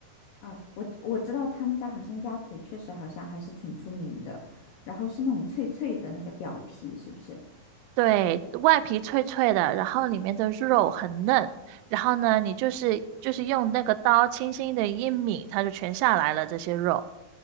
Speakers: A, on the left; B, on the right.
A: 啊，我我知道他们家好像鸭腿确实好像还是挺出名的，然后是那种脆脆的那个表皮，是不是？
B: 对，外皮脆脆的，然后里面的肉很嫩，然后呢，你就是就是用那个刀轻轻的一抿，它就全下来了这些肉。